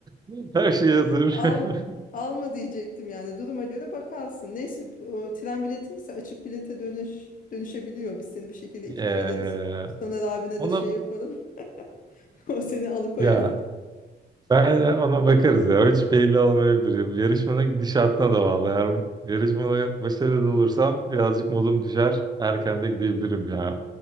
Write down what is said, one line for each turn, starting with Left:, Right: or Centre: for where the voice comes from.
Right: <laughs> Her şey hazır.
Left: Al,
Right: <laughs>
Left: alma diyecektim yani duruma göre bakarsın. Neyse o tren biletiyse açık bilete dönüş dönüşebiliyor. Biz seni bir şekilde
Right: Ee,
Left: ikna ederiz. Soner abine
Right: ona
Left: de şey yaparım. <laughs> O seni alıkoyar.
Right: ya ben ona bakarız ya. Hiç belli olmayabilir. Yarışmanın gidişatına da bağlı. Eğer yarışmada başarılı olursam birazcık modum düşer. Erken de gidebilirim ya.